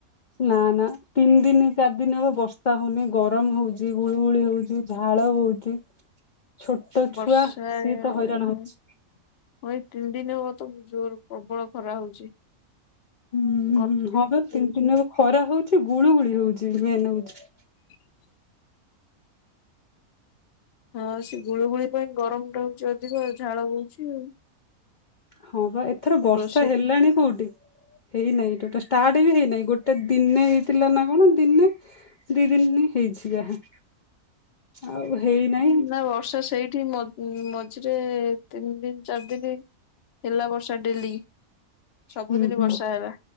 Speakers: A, on the left; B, on the left.
A: ନା ନା ତିନ ଦିନ ଚାରି ଦିନ ହବ ବର୍ଷା ହଉନି ଗରମ ହଉଛି ଗୁଳୁଗୁଳି ହଉଛି। ଝାଳ ଝାଳ ବୋହୁଛି, ଛୋଟ
B: ବର୍ଷା
A: ଛୁଆ ସିଏ ତ ହଇରାଣ
B: ହଁ
A: ହଉଛି।
B: ହଁ ତିନି ଦିନ ହବ ତ ଜୋର ପ୍ରବଳ ଖରା ହଉଛି।
A: ହୁଁ ହୁଁ
B: ଗରମ
A: ହୁଁ ହୁଁ
B: ବି
A: ହଁବା
B: ବହୁତ
A: ତିନି
B: ହଉଛି।
A: ଦିନି ଖରା ହଉଛି ଗୁଳୁ ଗୁଳି ହଉଛି ମେନ୍ ହଉଛି।
B: ହ ହଁ ସେ ଗୁଳିୁଗୁଳି ପାଇଁ ଗରମ ଟା ହଉଛି ଅଧିକ ଝାଳ ବହୁଛି ଆଉ।
A: ହଁ ବା ଏଥର ବର୍ଷା
B: ରୋଷେଇ
A: ହେଲାଣି କୋଉଠି। ହେଇନାଇଁ ଟୋଟା ଷ୍ଟାର୍ଟ ବି ହେଇନାହିଁ ଗୋଟେ ଦିନେ ହେଇଥିଲା ନା କଣ ଦିନେ ଦି ଦିନି ହେ ଇଛି ହା ଆଉ ହେଇନାହିଁ
B: ନା ବର୍ଷା ସେଇଠି ମ ଉ-ଉ-ଉ ମଝିରେ ତିନି ଦିନି ଚାରି ଦିନି ହେଲା ବର୍ଷା ଡେଲି।
A: ହୁଁ
B: ସବୁଦିନି
A: ହୁଁ।
B: ବର୍ଷା ହେଲା।